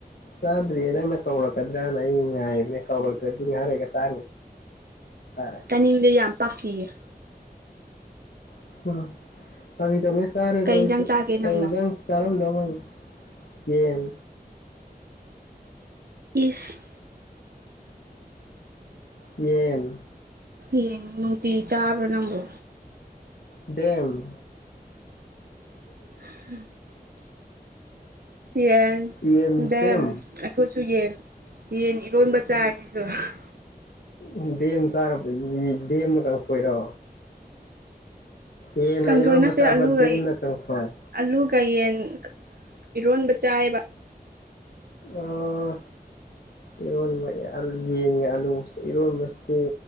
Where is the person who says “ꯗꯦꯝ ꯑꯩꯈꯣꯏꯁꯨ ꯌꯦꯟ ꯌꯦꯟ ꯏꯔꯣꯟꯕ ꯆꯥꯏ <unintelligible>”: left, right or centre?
Right